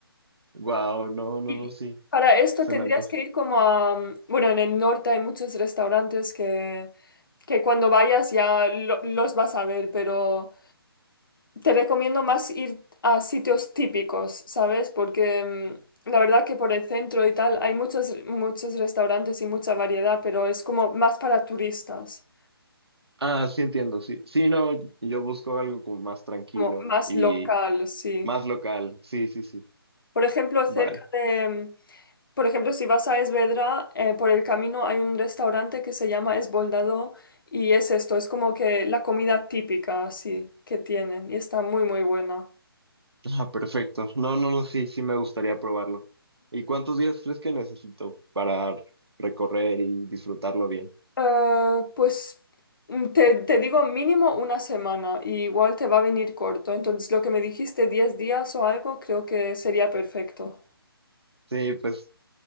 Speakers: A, on the right; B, on the left.
A: Wow, no, no,
B: Y
A: no, sí,
B: para esto
A: se
B: tendrías
A: me antoja.
B: que ir como a, mm, bueno, en el norte hay muchos restaurantes que, que cuando vayas ya lo- los vas a ver, pero Te recomiendo más ir a sitios típicos, ¿sabes? Porque mm, la verdad que por el centro y tal hay muchos, muchos restaurantes y mucha variedad, pero es como más para turistas,
A: Ah, sí entiendo, sí, sí, no, yo busco algo como más tranquilo
B: como más
A: y
B: local, sí.
A: más local, sí, sí, sí,
B: Por ejemplo, cerca
A: vale.
B: de, mm, por ejemplo, si vas a Esvedra, eh, por el camino hay un restaurante que se llama Esboldado y es esto, es como que la comida típica, sí, que tienen y está muy, muy buena.
A: Ah, perfecto, no, no, no, sí, sí me gustaría probarlo. ¿Y cuántos días crees que necesito para recorrer y disfrutarlo bien?
B: Eh, pues mm, te, te digo mínimo una semana y igual te va a venir corto. Entonces lo que me dijiste, 10 días o algo, creo que sería perfecto.
A: Sí, pues